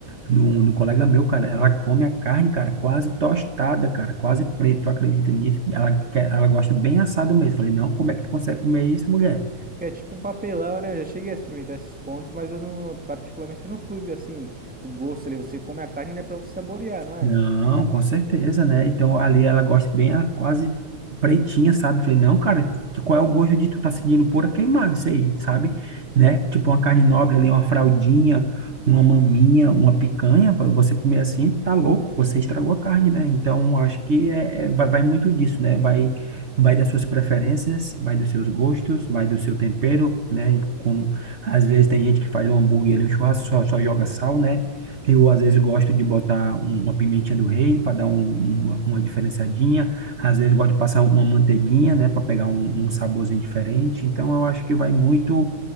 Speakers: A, on the right; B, in the centre.
A: no, no colega meu, cara, ela come a carne, cara, quase tostada, cara, quase preta, tu acredita nisso? Ela, quer, ela gosta bem assado mesmo. Falei, não, como é que tu consegue comer isso, mulher?
B: É tipo um papelão, né? Eu já cheguei a experimentar esses pontos, mas eu não, particularmente, não fui, assim, o gosto ali, você come a carne, né, pra você saborear, não é?
A: Não, com certeza, né? Então ali ela gosta bem, ela quase pretinha, sabe? Falei, não, cara, que- qual é o gosto de tu tá sentindo pura queimada isso aí, sabe? Né? Tipo uma carne nobre ali, uma fraldinha, uma maminha, uma picanha, para você comer assim, tá louco, você estragou a carne, né? Então acho que é, é- vai, vai muito disso, né? Vai, vai das suas preferências, vai dos seus gostos, vai do seu tempero, né? E como às vezes tem gente que faz um hambúrguer ali, um churrasco, só, só joga sal, né? Eu, às vezes, gosto de botar um- uma pimentinha do reino para dar um- uma, uma diferenciadinha. Às vezes, gosto de passar uma manteiguinha, né, para pegar um, um saborzinho diferente. Então, eu acho que vai muito